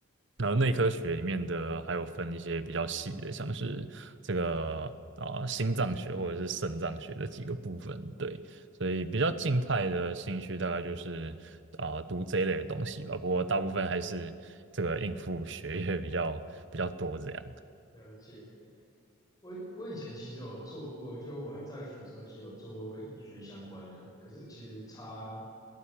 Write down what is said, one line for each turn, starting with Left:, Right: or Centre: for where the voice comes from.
Right: 然后内科学里面的还有分一些比较细的，像是这个啊、心脏学或者是肾脏学的几个部分，对，所以比较静态的兴趣大概就是啊、读这一类的东西吧，不过大部分还是这个应付学业比较比较多这样。
Left: 了解。我我以前其实有做过，就我还在学的时候，其实有做过跟医学相关的。可是其实差，